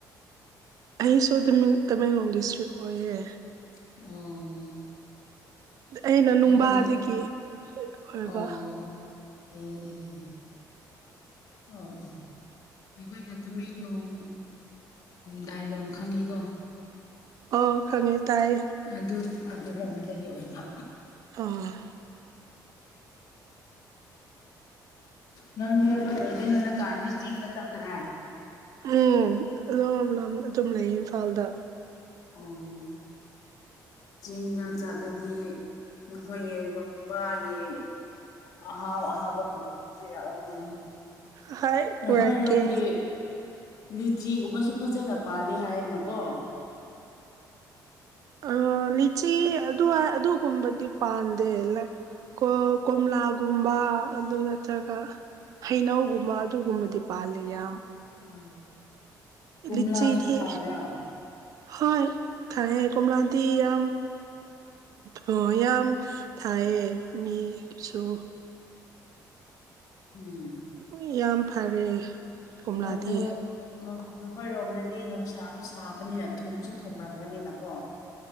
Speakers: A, on the right; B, on the left.
A: ꯑꯩꯁꯨ ꯇꯃꯦꯡꯂꯣꯡ ꯗꯤꯁꯇ꯭ꯔꯤꯛ ꯑꯣꯏꯌꯦ
B: ꯑꯣ
A: ꯑꯩꯅ ꯅꯨꯡꯕꯥꯗꯒꯤ
B: ꯑꯩꯈꯣꯏ
A: ꯑꯣꯏꯕ
B: ꯑꯣ ꯑꯦ ꯑꯦ ꯑꯣ ꯑꯣ ꯑꯩꯈꯣꯏꯅ ꯇꯨꯃꯦꯡꯂꯣꯡ ꯗꯥꯏꯂꯣꯡ ꯈꯪꯉꯤꯀꯣ
A: ꯑꯣ ꯈꯪꯉꯦ ꯇꯥꯏ
B: ꯑꯗꯨ ꯑꯗꯨꯔꯣꯝꯗꯒꯤ ꯑꯣꯏꯕ
A: ꯑꯥ
B: ꯅꯪꯗꯤ ꯑꯗꯣ ꯑꯣꯏꯗꯤ ꯍꯟꯗꯛ ꯀꯥꯟꯗꯁꯤ ꯏꯁ ꯇ꯭ꯔ
A: ꯎꯝ ꯑꯗꯨꯝ ꯑꯗꯨꯝ ꯂꯩꯌꯦ ꯏꯝꯐꯥꯜꯗ
B: ꯑꯣ ꯆꯤꯡꯗ ꯆꯠꯂꯗꯤ ꯅꯈꯣꯏꯒꯤ ꯅꯣꯡꯕꯥꯒꯤ ꯑꯥ ꯍꯥꯎ ꯍꯥꯎꯕ ꯄꯨꯕꯤꯔꯛ ꯑꯣ
A: ꯍꯣꯏ ꯄꯨꯔꯛꯀꯦ
B: ꯌꯥꯈꯣꯏꯔꯝꯒꯤ ꯂꯤꯆꯤꯒꯨꯝꯕꯁꯨ ꯐꯖꯅ ꯄꯥꯜꯂꯤ ꯍꯥꯏꯔꯅꯀꯣ
A: ꯑ ꯂꯤꯆꯤ ꯑꯗꯨꯋꯥꯏ ꯑꯗꯨꯒꯨꯝꯕꯗꯤ ꯄꯥꯟꯗꯦ ꯂꯥꯏ ꯀꫭ ꯀꯣꯝꯂꯥꯒꯨꯝꯕ ꯑꯗꯨ ꯅꯠꯇ꯭ꯔꯒ ꯍꯩꯅꯧꯒꯨꯝꯕ ꯑꯗꯨꯒꯨꯝꯕꯗꯤ ꯄꯥꯜꯂꯤ ꯌꯥꯝ꯫
B: ꯎ ꯀꯣꯝꯂꯥꯁꯨ
A: ꯂꯤꯆꯤꯗꯤ
B: ꯊꯥꯕ꯭ꯔꯣ꯫
A: ꯍꯣꯏ ꯊꯥꯌꯦ ꯀꯣꯝꯂꯗꯤ ꯌꯥꯝ꯫ <inaudible> ꯌꯥꯝ ꯊꯥꯏꯌꯦ ꯃꯤꯒꯤꯁꯨ꯫
B: ꯎꯝ꯫
A: ꯎꯏ ꯌꯥꯝ ꯐꯔꯦ꯫ ꯀꯣꯝꯂꯥꯗꯤ
B: ꯑꯗꯣ ꯅ ꯅꯈꯣꯏꯔꯣꯝꯗꯗꯤ ꯅꯨꯡꯁꯥꯗꫭ ꯁꯥꯕꯅꯤꯅ ꯊꯨꯝꯁꯨ ꯊꯨꯝꯔꯝꯒꯅꯤꯅꯀꯣ꯫